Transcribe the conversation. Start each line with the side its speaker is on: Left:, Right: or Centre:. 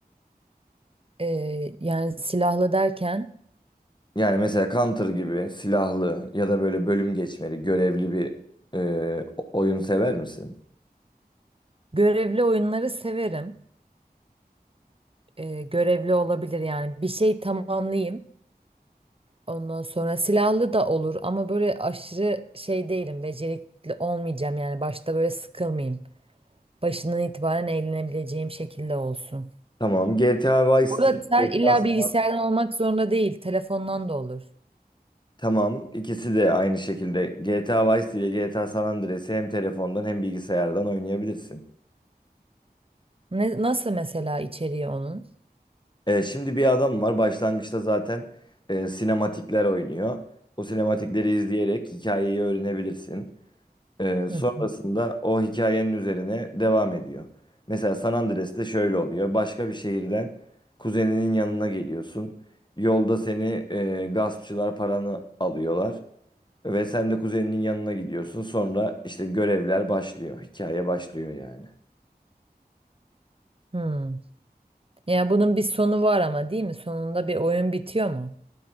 Right: Ee, yani silahlı derken
Left: Yani mesela Counter gibi silahlı ya da böyle bölüm geçmeli, görevli bir e, o- oyun sever misin?
Right: görevli oyunları severim. e, görevli olabilir yani bir şey tamamlayayım ondan sonra silahlı da olur ama böyle aşırı şey değilim becerikli olmayacağım yani başta böyle sıkılmayayım başından itibaren eğlenebileceğim şekilde olsun.
Left: Tamam. GTA Vice
Right: Burada
Left: City,
Right: ter-
Left: GTA
Right: illa bilgisayardan olmak zorunda değil telefondan da olur.
Left: Tamam. ikisi de aynı şekilde. GTA Vice City ile GTA San Andreas'ı hem telefondan hem bilgisayardan oynayabilirsin.
Right: Ne, nasıl mesela içeriği onun?
Left: E, şimdi bir adam var başlangıçta zaten e, sinematikler oynuyor. O sinematikleri izleyerek hikayeyi öğrenebilirsin. E, sonrasında
Right: Hı hı.
Left: o hikayenin üzerine devam ediyor. Mesela San Andreas'te şöyle oluyor. Başka bir şehirden kuzeninin yanına geliyorsun. Yolda seni e, gaspçılar paranı alıyorlar. Ve sen de kuzeninin yanına gidiyorsun. Sonra işte görevler başlıyor. Hikaye başlıyor yani.
Right: Hmm. Yani bunun bir sonu var ama değil mi? Sonunda bir oyun bitiyor mu?